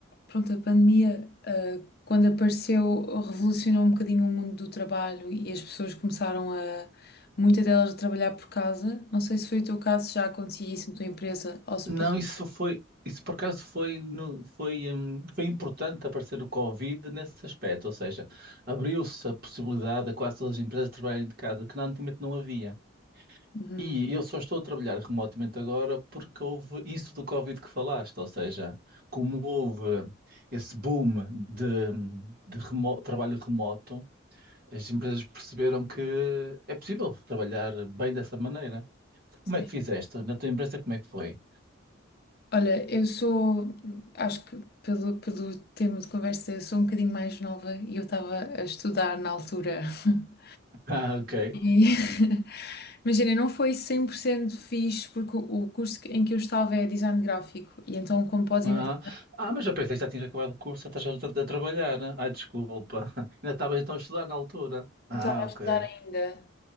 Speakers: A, on the left (about 50°); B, on the right (about 50°).
A: pronto, a pandemia, ah, quando apareceu, revolucionou um bocadinho o mundo do trabalho e as pessoas começaram a, muitas delas, a trabalhar por casa. Não sei se foi o teu caso, se já acontecia isso na tua empresa ou se
B: Não,
A: passou.
B: isso foi, isso por acaso foi, no- foi, hum, foi importante aparecer o Covid nesse aspecto, ou seja, abriu-se a possibilidade a quase todas as empresas trabalharem de casa, que antigamente não havia.
A: Uhum,
B: E eu só estou a trabalhar remotamente agora porque houve isso do Covid que falaste, ou seja, como houve esse boom de, de remo- trabalho remoto, as empresas perceberam que é possível trabalhar bem dessa maneira.
A: sim.
B: Como é que fizeste? Na tua empresa, como é que foi?
A: Olha, eu sou, acho que pelo, pelo tema de conversa, eu sou um bocadinho mais nova e eu estava a estudar na altura. <laughs>
B: <laughs> Ah, ok.
A: E, <laughs> imagina, não foi 100% fixe porque o o curso que- em que eu estava é design gráfico e então, como podes
B: Ah,
A: imaginar,
B: ah, mas eu pensei que já tinhas acabado o curso, já estás a, a a trabalhar. né? Ai, desculpa. <laughs> Ainda estavas então a estudar na altura. Ah,
A: eu estava a
B: ok.
A: estudar ainda.